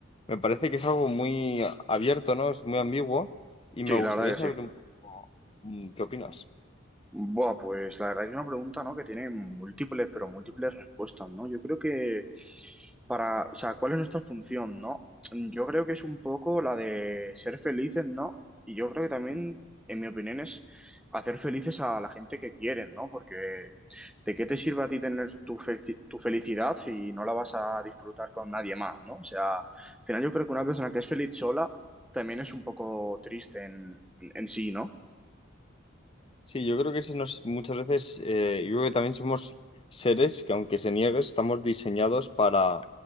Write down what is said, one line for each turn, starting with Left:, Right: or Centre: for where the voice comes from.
Left: me parece que es algo muy abierto, ¿no? Es muy ambiguo y me
Centre: Sí,
Left: gustaría
Centre: la verdad
Left: saber
Centre: que sí.
Left: un poco mm, qué opinas.
Centre: Buah, pues la verdad es una pregunta, ¿no? Que tiene múltiples, pero múltiples respuestas, ¿no? Yo creo que para, o sea, ¿cuál es nuestra función, ¿no? Yo creo que es un poco la de ser felices, ¿no? Y yo creo que también, en mi opinión, es hacer felices a la gente que quieren, ¿no? Porque ¿de qué te sirve a ti tener tu, felci- tu felicidad si no la vas a disfrutar con nadie más, ¿no? O sea, al final yo creo que una persona que es feliz sola también es un poco triste en, en en sí, ¿no?
Left: Sí, yo creo que se nos, muchas veces, eh, yo creo que también somos seres que aunque se niegue, estamos diseñados para,